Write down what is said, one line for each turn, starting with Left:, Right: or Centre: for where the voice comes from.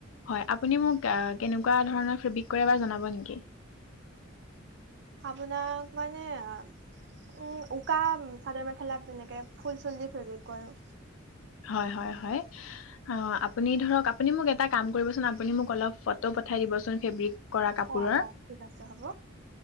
Left: হয় আপুনি মোক অ, কেনেকুৱা ধৰণৰ ফেব্ৰিক কৰে জনাব নেকি?
Right: আপোনাক মানে আ উম, উকা চাদৰ মেখেলাত তেনেকে ফুল চুল দি ফেব্ৰিক কৰোঁ।
Left: হয়-হয়- হয়। অ, আপুনি ধৰক আপুনি মোক এটা কাম কৰিবচোন আপুনি মোক অলপ ফটো পঠাই দিবচোন ফেব্ৰিক। কৰা কাপোৰৰ
Right: অ', অ', ঠিক আছে হ'ব।